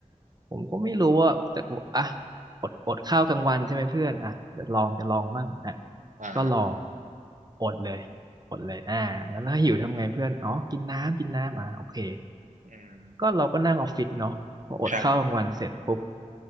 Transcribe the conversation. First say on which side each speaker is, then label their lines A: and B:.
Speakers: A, on the right; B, on the right.
A: ผมก็ไม่รู้ว่าแต่ผมอ่ะอดอดข้าวกลางวันใช่ไหมเพื่อนอ่ะจะลองจะลองมั่งอ่ะ
B: อ่า
A: ก็ลอง อดเลยอดเลยอ่าแล้วถ้าหิวทำไงเพื่อนอ๋อกินน้ำกินน้ำอ่ะโอเค
B: อืม
A: ก็เราก็นั่งออฟฟิศเนาะพออดข้าวกลางวันเสร็จปุ๊บ
B: ครับ